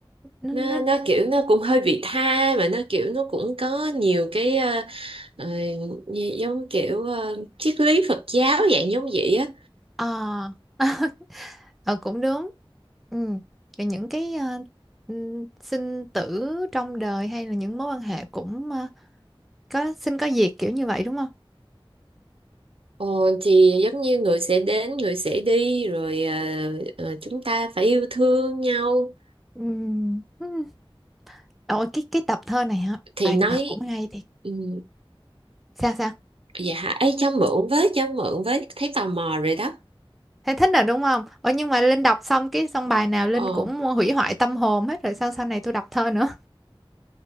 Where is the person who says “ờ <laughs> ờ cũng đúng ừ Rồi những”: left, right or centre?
Centre